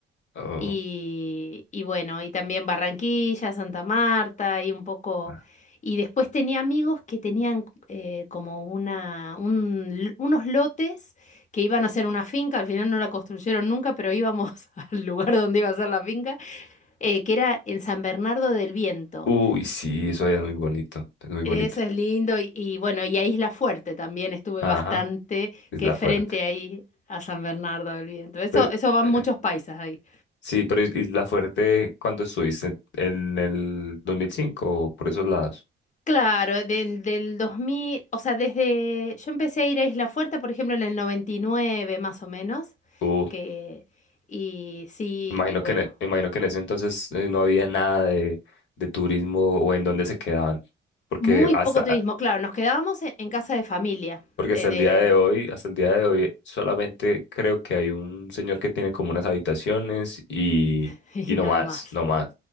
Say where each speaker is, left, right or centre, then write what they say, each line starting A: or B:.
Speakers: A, on the left (about 65°); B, on the left (about 40°).
A: Oh,
B: Y, y bueno, y también Barranquilla, Santa Marta y un poco...
A: ah.
B: Y después tenía amigos que tenían eh, como una, un l- unos lotes que iban a hacer una finca, al final no la construyeron nunca, pero íbamos <laughs> al lugar donde iba a ser la finca, eh, que era en San Bernardo del Viento.
A: Uy, sí, eso allá es muy bonito. Es muy bonito.
B: Eso es lindo y, y bueno, y a Isla Fuerte también estuve
A: Ajá,
B: bastante,
A: Isla
B: que es
A: Fuerte.
B: frente ahí a San Bernardo del Viento. Eso,
A: Pero,
B: eso van
A: eh,
B: muchos paisas ahí.
A: sí, pero Is- Isla Fuerte, cuando estuviste en el 2005 o por esos lados?
B: Claro, de- del 2000, o sea, desde yo empecé a ir a Isla Fuerte, por ejemplo, en el 99 más o menos,
A: Uh,
B: que y sí,
A: imagino
B: y bueno,
A: que en, e- imagino que en ese entonces eh, no había nada de, de turismo o en dónde se quedaban. Porque
B: muy
A: hasta,
B: poco turismo, claro, nos quedábamos en, en casa de familia,
A: Porque
B: de,
A: hasta el
B: de
A: día de hoy, hasta el día de hoy, solamente creo que hay un señor que tiene como unas habitaciones y,
B: <laughs> y
A: y no
B: nada
A: más,
B: más.
A: no más.